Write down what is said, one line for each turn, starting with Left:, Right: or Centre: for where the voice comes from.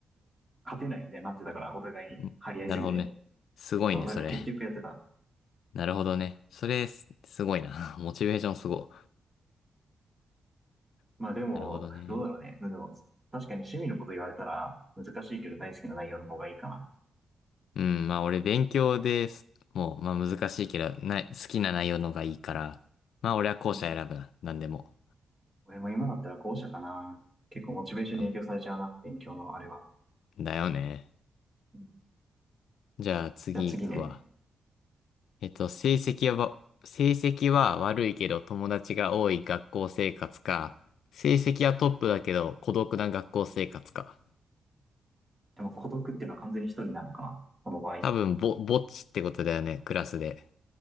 Right: 勝てないみたいになってたから、お互いに張り合いすぎて。
Left: あ、ん <laughs> なるほどね。すごいね、
Right: そう、だから結局やってた。
Left: それ。<laughs> なるほどね。それす、すごいな。<laughs> モチベーションすご
Right: まあでも、
Left: い。なるほどね。
Right: どうだろうね。でも、確かに趣味のこと言われたら、難しいけど大好きな内容の方がいいかな。
Left: うん、まあ俺勉強です。もう、まあ難しいけど、な、好きな内容のがいいから、まあ俺は後者選ぶな。
Right: うん。
Left: なんでも。
Right: 俺も今だったら後者かな。結構モチベーションに影響されちゃうな、
Left: あ、
Right: 勉強のあれは。
Left: だよね。
Right: うんじ
Left: じゃあ次行くわ。
Right: ゃあ次ね。
Left: えっと、成績は、成績は悪いけど友達が多い学校生活か、成績はトップだけど孤独な学校生活か。
Right: でも孤独っていうのは完全に一人なのかな、この場合。あ
Left: 多分ぼ、ぼっちってことだよね、クラスで。